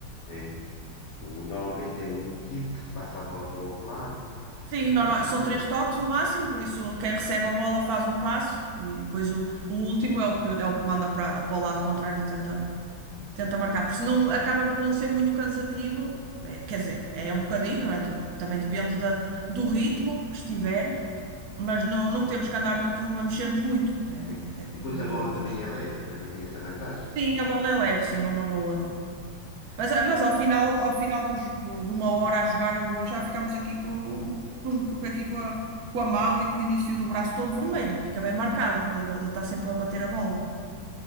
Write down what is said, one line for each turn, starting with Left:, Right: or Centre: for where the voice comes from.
Left: é. O, normalmente é em equipe que se passa a bola para o outro lado.
Right: Sim,
Left: Portanto,
Right: normal.
Left: assim,
Right: São
Left: não
Right: três
Left: é?
Right: toques o máximo, por isso
Left: É,
Right: quem recebe a bola faz um passo e depois o, o último é o que é o que manda para para o lado contrário e tenta, tenta marcar. porque isso não acaba por não ser muito cansativo. É, quer dizer, é um bocadinho, não é? Tu- Também depende da, do ritmo que estiver, mas não, não temos que andar muito a mexer-nos muito, né?
Left: é.
Right: É cumprir
Left: E depois a bola
Right: as nossas.
Left: também é leve, também tem essa vantagem.
Right: Sim, a bola é leve, sim, não magoa, não. Mas, ah,
Left: É.
Right: mas ao final, ao final dos- do- de uma hora a jogar ou duas, já ficamos aqui com, com os- com- aqui com a, com a mão e com o início do braço todo vermelho. Fica bem marcado, de, de estar sempre a bater a bola.